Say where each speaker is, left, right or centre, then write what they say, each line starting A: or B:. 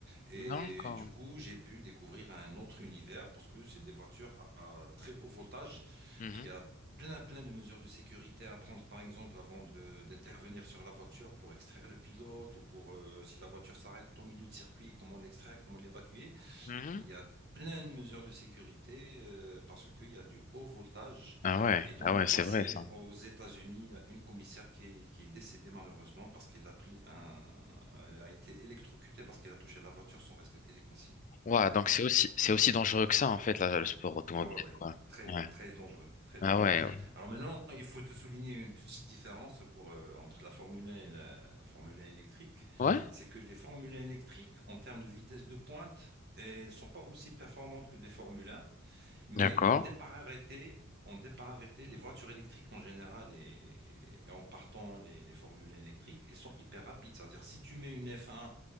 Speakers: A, on the right; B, on the left.
A: Et
B: D'accord.
A: du coup, j'ai pu découvrir un autre univers parce que c'est des voitures à, à très haut voltage.
B: Mhm,
A: Et il y a plein, plein de mesures de sécurité à prendre, par exemple, avant de- d'intervenir sur la voiture pour extraire le pilote ou pour, euh, si la voiture s'arrête au milieu de circuit, comment l'extraire, comment l'évacuer.
B: mhm.
A: Il y a plein de mesures de sécurité euh, parce qu'il y a du haut voltage.
B: Ah ouais,
A: Et dans
B: ah
A: le
B: ouais,
A: passé,
B: c'est vrai, ça.
A: aux États-Unis, il y a une commissaire qui est, qui est décédée malheureusement parce qu'elle a pris un... Elle a été électrocutée parce qu'elle a touché la voiture sans respecter les consignes.
B: Ouais, donc
A: Voilà.
B: c'est aussi, c'est aussi dangereux que ça, en fait, là, le sport automobile,
A: Ouais, ouais, ouais.
B: quoi.
A: Très,
B: Ouais.
A: très dangereux. Très dangereux.
B: Ah ouais.
A: Alors maintenant, il faut te souligner une petite différence pour, euh, entre la Formule 1 et la, la Formule 1 électrique.
B: Ouais,
A: C'est que les Formule 1 électriques, en termes de vitesse de pointe, ne sont pas aussi performantes que les Formule 1. Mais
B: D'accord,
A: on départait, on départait les voitures électriques en général et, et en partant les, les formules électriques, elles sont hyper rapides. C'est-à-dire, si tu mets une F1